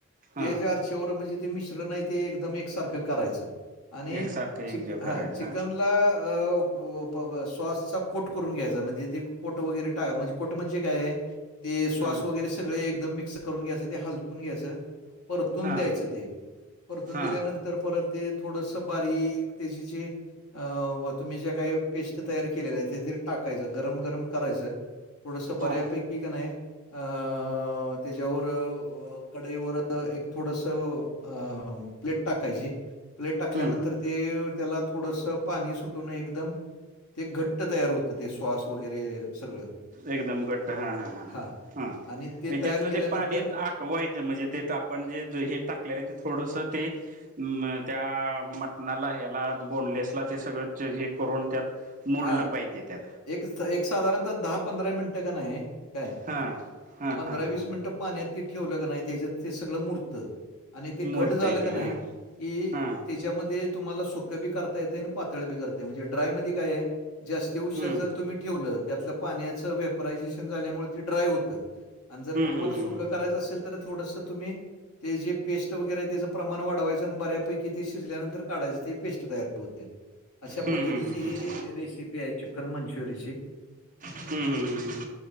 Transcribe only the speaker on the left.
ते जे अर् चेवर म्हणजे ते मिश्रण ते एकदम एकसारखं करायचं. आणि
चिक हा
चिकनला
अ अ ओ ओ ब सॉसचा कोट करून घ्यायचा, म्हणजे तेे कोट वगैरे टाका म्हणजे कोट म्हणजे काय आहे ते सॉस
वगैरे सगळे एकदम मिक्स करून घ्यायचं, ते हलकून घ्यायचं. परतून
द्यायचं ते, परतून
दिल्यानं तर परत ते थोडस बारीक त्याचे जे अ तुम्ही ज्या काही पेस्ट तयार केलेल्या आहे, ते ते टाकायचं गरम गरम करायचं. थोडसं बऱ्या
पैकी का नाही अ त्याच्यावर कडईवर एक थोडस अं प्लेट टाकायची, प्लेट टाकल्यानंतर
ते त्याला थोडसं पाणी सुटून एकदम ते घट्ट तयार होतं ते स्वास वगैरे सगळं
हां
आणि
तयार
केल्यानंतर
हां,
एक एक साधारणत दहा -पंधरा मिनिटं का नाही आहे काय
पंधरा
- वीस मिनिटं पाण्यात ते ठेवलं का नाही त्याच्यात ते सगळं मूरतं. आणि ते घट
झालं
का
नाही
कि
ते च्यामध्ये तुम्हाला सुकं बी करता येते आणि पातळ बी करता, म्हणजे ड्राय म काय आहे जास्त स्ती उशर
जर तुम्ही ठेवलं, त्यातलं पाण्याचं वेपरायझेशन झाल्यामुळे ते ड्राय होतं. आणि जर
तुम्हाला
सुकं
करायचं असेल, तर थोडसं तुम्ही ते जे पेस्ट वगैरे आहे त्याचं प्रमाण वाढवायचं. चं एगदम बऱ्यापैकी ते शिजल्यानंतर काढायचं ते पेस्ट तयार होते. अशा
पद्धतीची
ही रेसिपी आहे चिकन मंचुरिची.